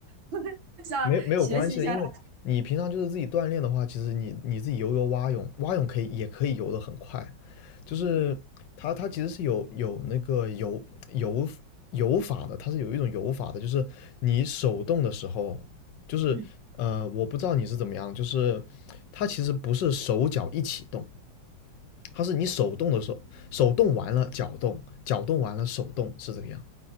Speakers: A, on the right; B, on the left.
A: <laughs> 想学习一下他。
B: 没没有关系的，因为你平常就是自己锻炼的话，其实你你自己游游蛙泳，蛙泳可以也可以游得很快，就是它它其实是有有那个游游游法的，
A: 嗯
B: 它是有一种游法的，就是你手动的时候，就是呃，
A: 嗯，
B: 我不知道你是怎么样，就是它其实不是手脚一起动。它是你手动的手，手动完了脚动，脚动完了手动，是这个样。